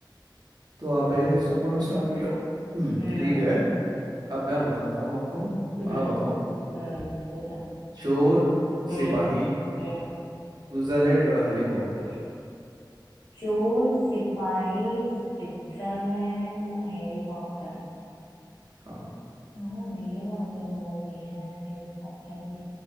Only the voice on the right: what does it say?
तो आप एक एक्स्ट्रा पॉइंट से आ गए हो हम्म
ठीक है अब मैं बताता हूँ आपको
आप बताओ
चोर
सिपाही
स्विट्जरलैंड और हेलीकॉप्टर
हाँ